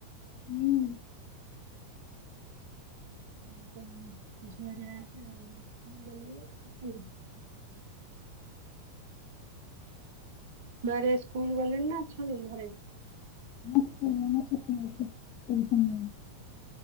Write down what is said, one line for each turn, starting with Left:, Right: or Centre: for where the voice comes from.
Left: ମୁଁ
Right: ମୁଁ ତ ଉଁ, ଝିଆରୀ ନାଁ ରେ <unintelligible> ଘରେ ସ୍କୁଲ୍ ଗଲେଣି ନା ଅଛନ୍ତି ଘରେ?
Left: ନା ଛୁଆଙ୍କର ନା ଛୁଟି ଅଛି <unintelligible>